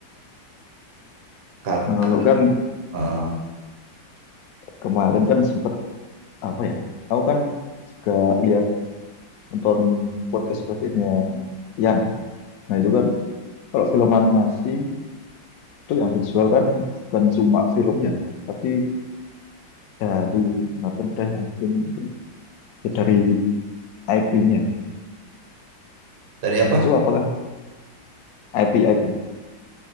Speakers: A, on the right (about 70°); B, on the left (about 75°).
A: Kar
B: Nah, kalau kan
A: eh,
B: kemarin kan sempat apa ya? Aku kan juga lihat nonton podcast podcastnya Tian. Nah itu kan kalau film animasi itu yang dijual kan bukan cuma filmnya, tapi dari merchandise yang mungkin itu ya dari IP-nya.
A: dari
B: Nah
A: apa?
B: itu apakah IP IP?